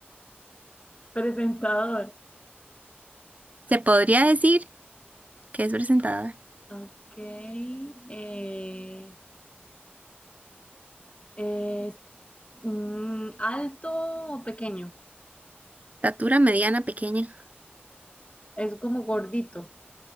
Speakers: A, on the left; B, on the right.
A: presentador.
B: Se podría decir que es presentada.
A: Ok, eh, es mm, alto o pequeño.
B: Estatura mediana, pequeña.
A: Es como gordito.